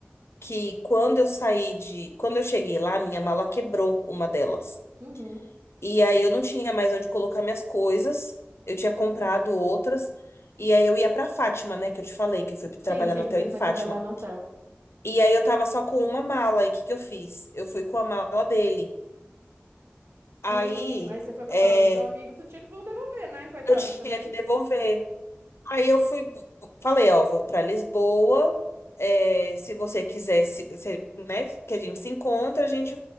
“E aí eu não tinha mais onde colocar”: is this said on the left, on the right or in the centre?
Left